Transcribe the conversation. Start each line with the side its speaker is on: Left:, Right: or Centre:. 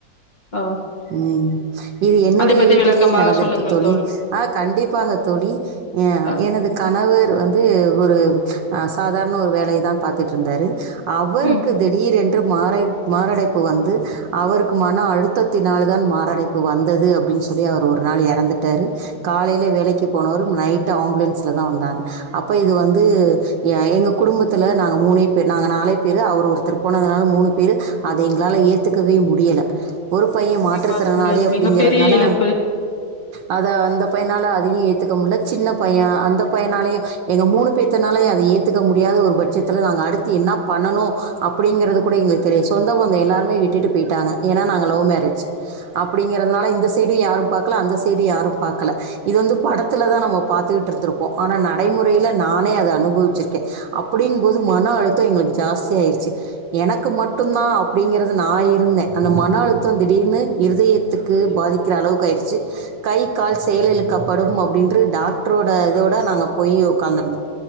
Left: அ
Right: ம் இது என்னுடைய
Left: அத பத்தி
Right: வீட்டிலேயே
Left: விளக்கமா
Right: நடந்திருக்கு
Left: சொல்லுங்கள்
Right: தோழி ஆ கண்டிப்பாக தோழி ஆ
Left: அ
Right: எனது கணவர் வந்து ஒரு அ சாதாரண ஒரு வேலையதான் பாத்துட்டு இருந்தாரு அவருக்கு
Left: ம்.
Right: திடீரென்று மாரை மாரடைப்பு வந்து அவருக்கு மன அழுத்த னாலுதான் மாரடைப்பு வந்தது அப்டின்னு சொல்லி அவர் ஒரு நாள் எறந்துட்டரு காலையில வேலைக்கு போனவரு நைட் ஆம்புலன்ஸ்ல தா வந்தாங்க அப்ப இது வந்து எ எங்க குடும்பத்தில நாங்க மூணே பேர் நாங்க நாலே பேர் அவர் ஒருத்தரு போனதுனால மூணு பேர் அதை எங்களாலை ஏத்துக்கவே முடியல ஒரு பைய
Left: கண்டிப்பா
Right: மாற்றத்திறனாளி
Left: தோழி அது
Right: அப்டிங்கிறதுனால
Left: மிகப்பெரிய இழப்பு
Right: அத அந்த பையனால அதையு ஏத்துக்க முடியல சின்ன பைய அந்த பையனாலயையு எங்க மூணு பேத்தனாலே அத ஏத்துக்க முடியாத ஒரு பட்சத்தில நாங்க அடுத்து என்னாப் பண்ணனு அப்டிங்கறது கூட எங்களுக்கு தெரிய சொந்தோ பந்தோ எல்லாரு மே விட்டுட்டு போயிட்டாங்க ஏன்னா நா ங்க லவ் மேரேஜ் அப்டிங்கறதுனால இந்த சைடு யாரும் பாக்கல அந்த சைடு யாரும் பாக்கல இது வந்து பாட டத்துல தா நம்ம பாத்துகுட்டு இருந்திருப்போ ஆனா நடைமுறையில நானே அத அனுபவிச்சிருக்கே அப்டின் போது மா ன அழுத்த எங்களுக்கு ஜாஸ்தி ஆயிருச்சு எனக்கு மட்டுந்தா அப்டிங்கிறது நா இருந்தே அந்த மன அழு த திடீர்னு இருதயத்துக்கு பாதிக்கிற அளவுக்கு ஆயிருச்சு கை கால் செயல் இழக்கப்படும் அ அப்டின்ரு டாக்டரோட இதோட நாங்க போய் உட்காந்துருந்தோ